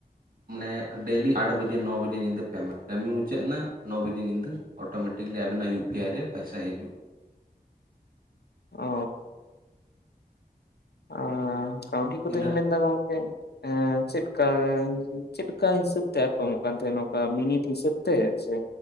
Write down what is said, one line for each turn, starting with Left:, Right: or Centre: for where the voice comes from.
Right: ᱢᱟᱱᱮ ᱰᱮᱞᱤ ᱟᱴ ᱵᱟᱡᱮ ᱱᱚ ᱵᱟᱡᱮ ᱧᱤᱫᱟᱹ ᱯᱮᱢᱮᱱᱴ ᱠᱟᱹᱢᱤ ᱢᱩᱪᱟᱹᱫ ᱮᱱᱟ ᱱᱚ ᱵᱟᱡᱮ ᱧᱤᱫᱟᱹ ᱚᱴᱳᱢᱮᱴᱤᱠᱞᱤ ᱟᱵᱮᱱᱟᱜ ᱭᱩ ᱯᱤ ᱟᱭ ᱨᱮ ᱯᱮᱭᱥᱟ ᱦᱤᱡᱩᱜ
Left: ᱚ ᱾ ᱟᱸ ᱠᱟᱹᱣᱰᱤ ᱠᱚᱫᱚᱧ
Right: ᱛᱤᱱᱟᱹᱜ
Left: ᱢᱮᱱᱫᱟ ᱜᱚᱝᱠᱮ ᱮᱸ ᱾ ᱪᱮᱫᱠᱟᱭ ᱪᱮᱫ ᱠᱟ ᱦᱤᱥᱟᱹᱵ ᱛᱮ ᱟᱨ ᱠᱚ ᱮᱢᱚᱜ ᱠᱟᱱ ᱛᱟᱦᱮᱸᱱᱟ ᱱᱚᱝᱠᱟ ᱢᱤᱱᱤᱴ ᱦᱤᱥᱟᱹᱵ ᱛᱮ ᱥᱮ